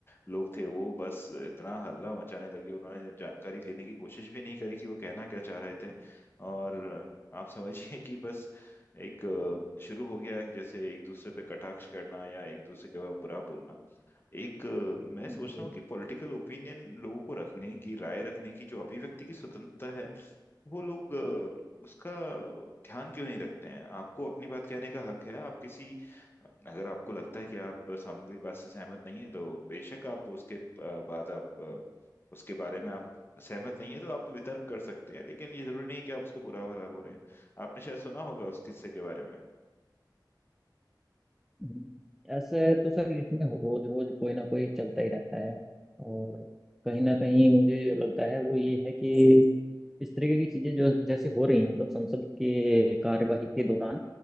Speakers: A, on the left (about 30°); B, in the centre.
A: लोग थे वो बस इतना हल्ला मचाने लगे उन्होंने जानकारी लेने की कोशिश भी नहीं करी कि वो कहना क्या चाह रहे थे और आप समझिए कि बस एक अ, शुरू हो गया कि जैसे एक दूसरे पे कटाक्ष करना या एक दूसरे के बारे बुरा बोलना एक अ, मैं सोच
B: जी
A: रहा हूँ कि पॉलिटिकल ओपिनियन लोगों को रखने की राय रखने की जो अभिव्यक्ति की स्वतंत्रता है वो लोग अ, उसका ध्यान क्यों नहीं रखते हैं आपको अपनी बात कहने का हक है आप किसी अगर आपको लगता है कि आप सामने वाली बात से सहमत नहीं है तो बेशक आप उसके अ, बाद आप अ, उसके बारे में आप सहमत नहीं है तो आप वितर्क कर सकते हैं लेकिन ये जरूरी नहीं कि आप उसको बुरा भला बोलें आपने शायद सुना होगा उस किस्से के बारे
B: हम्म, ऐसे तो सर इसमें रोज रोज कोई ना कोई चलता ही रहता है और कहीं ना कहीं मुझे लगता है वो ये है कि इस तरीके की चीजें जो जैसे हो रही हैं मतलब संसद के कार्यवाही के दौरान